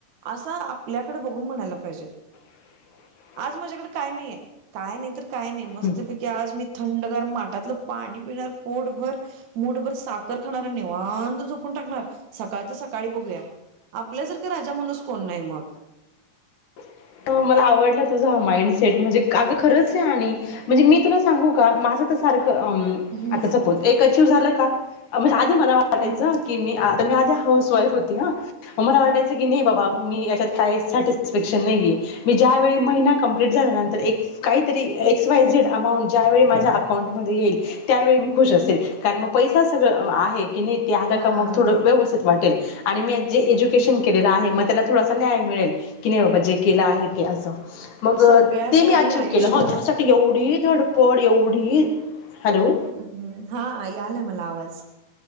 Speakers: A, on the right (about 65°); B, on the left (about 70°).
A: असं आपल्याकडे बघून म्हणायला पाहिजेत.
B: - <unintelligible>
A: आज माझ्याकडे काय नाहीये काय नाही तर काय नाही मस्त
B: हम्म.
A: पैकी की आज मी थंडगार माटातलं पाणी पिणार पोटभर मुठभर साखर खाणार आणि निवांत निवांत झोपून टाकणार सकाळचं सकाळी बघूया आपल्यासारखा राजा माणूस कोण नाही मग
B: <unintelligible> मला आवडला तुझा माइंडसेट म्हणजे अगं खरंच आहे, आणि म्हणजे मी तुला सांगू का माझं तर सारखं
A: हम्म
B: <inaudible> आता सपोज एक अचिव्ह झाला का म्हणजे आधी मला वाटायचं
A: हम्म
B: की मी मी आधी हाऊसवाईफ होती ना मला वाटायचं की नाही बाबा मी हेच्यात काहींसाठी सॅटिस्फॅक्शन नाहीये. मी ज्या वेळी महिना कंप्लीट झाल्यानंतर एक काहीतरी एक्स वाय झेड अमाऊंट ज्यावेेळी माझ्या अकाउंटमध्ये <inaudible> त्यावेळी मी खुश असते कारण मग पैशा सगळं आहे. नाही की ते आला
A: हा.
B: का मग थोडं व्यवस्थित वाटेल. <inaudible> आणि मी जे एज्युकेशन केलेलं आहे मग त्याला थोडासा न्याय मिळेल की नाही बाबा जे केलं आहे. <inaudible> मग
A: सगळ्यात
B: ते
A: भारी
B: मी अचीव
A: आयुष्य
B: केलं होतं त्यासाठी एवढी धडपड एवढी
A: <inaudible> ्
B: हॅलो
A: हम्म हा यालाय मला आवाज